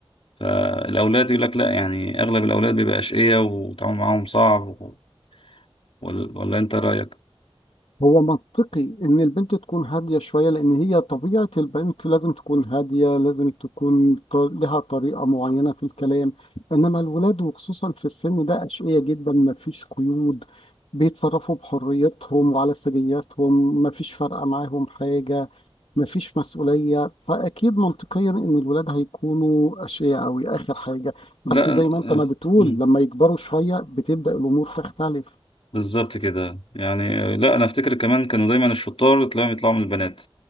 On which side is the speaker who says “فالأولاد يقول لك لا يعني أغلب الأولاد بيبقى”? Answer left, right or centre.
Left